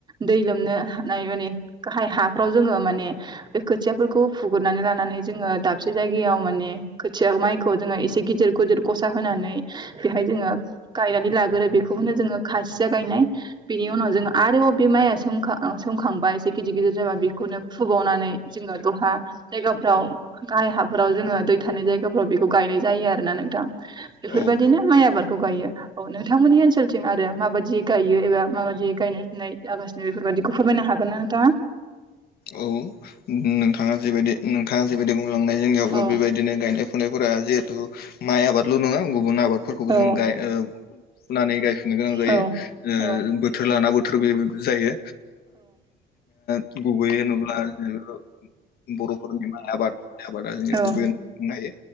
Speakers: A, on the right (about 25°); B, on the left (about 65°).
A: दै लोमनो हानाय माने गाहाय हाफ्राव जोङो माने बे खोथियाफोरखौ फुगुरनानै लानानै जोङो दाबसे जायगायाव माने खोथिया माइखौ जों एसे गदिर गोदोर गसा होनानै बेहाय जोङो गायनानै लागोरो बेखौनो जोङो खासिया गायनाय बेनि उनाव जोङो आरोबाव बे माइया सोमखा सोमखांबाय एसे गिदिर गिदिर जाबा बेखौनो फोबावनानै जोङो दलहा जायगाफ्राव गाहाय हाफोराव जोङो दै थानाय जायगाफ्राव बेखौ गायनाय जायो आरोना नोंथां बेफोरबायदिनो
B: औ औ
A: माइ आबादखौ गायो औ नोंथांमोननि ओनसोलथिं आरो माबाददि गायो एबा माबाददि गायनाय फुनाय जागा बेफोरबायादिखौ फोरमायनो हागोन ना नोंथांआ
B: औ नोंथाङा जिबायदि नोंथाङा जिबायदि बुंलांनाय जोंनियावबो
A: औ
B: बेबायदिनो गायनाय फुनायफोरा जिहेथु माइ आबादल' नङा गुबुन आबादफोरखौबो
A: औ
B: जों गाय ओ फुनानै गाय <unintelligible> नो गोनां जायो
A: औ
B: ओ
A: औ
B: बोथोर लाना बोथोर बे जायो ओ गुबैय होनोब्ला ओ बर' <unintelligible> <unintelligible> आबाद माइ आबादा जों
A: औ
B: गुबै <unintelligible> हायो